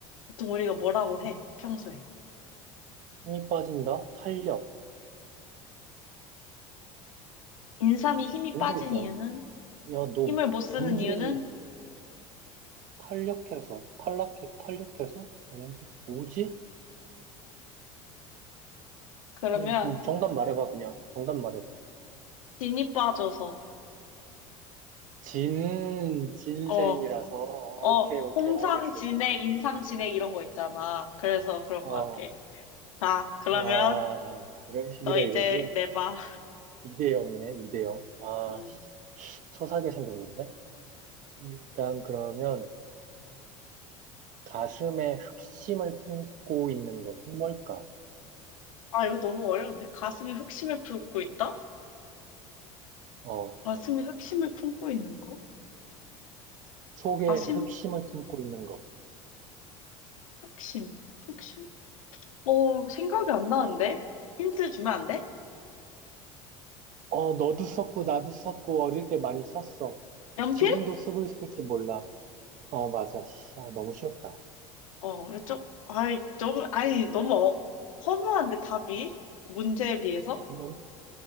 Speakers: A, on the left (about 85°); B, on the right (about 50°).
A: 보통 우리가 뭐라고
B: 힘-
A: 해, 평소에.
B: 힘이 빠진다? 탄력.
A: 인삼이 힘이
B: 모르겠다.
A: 빠진 이유는?
B: 야, 너
A: 힘을 못 쓰는
B: 문제를
A: 이유는?
B: 탄력해서, 탈락해, 탄력해서? 아닌데? 뭐지?
A: 그러면
B: 그냥 정답 말해봐, 그냥. 정답 말해봐.
A: 진이 빠져서.
B: 진, 진생이라서,
A: 어,
B: 오케이,
A: 어,
B: 오케이,
A: 홍삼
B: 알겠어.
A: 진액, 인삼 진액 이런 거 있잖아. 그래서 그런
B: 어,
A: 것 같아. 자, 그러면
B: 와, 이런 식이라
A: 너 이제
B: 이거지?
A: 내봐.
B: 2대 0이네, 2대 0. 와,
A: 음.
B: 씨, 소사게 생겼는데? 일단 그러면, 가슴에 흑심을 품고 있는 것은 뭘까?
A: 아, 이거 너무 어려운데? 가슴에 흑심을 품고 있다?
B: 어,
A: 가슴에 흑심을 품고 있는 거?
B: 속에
A: 가심?
B: 흑심을 품고 있는 것.
A: 흑심? 흑심? 어, 생각이 안 나는데? 힌트 주면 안 돼?
B: 어, 너도 썼고, 나도 썼고, 어릴 때 많이 썼어.
A: 연필?
B: 지금도 쓰고 있을지 몰라. 어, 맞아. 씨, 아, 너무 쉬웠다.
A: 어, 이거 좀, 아이, 좀, 아이, 너무 어- 허무한데, 답이? 문제에 비해서?
B: 영,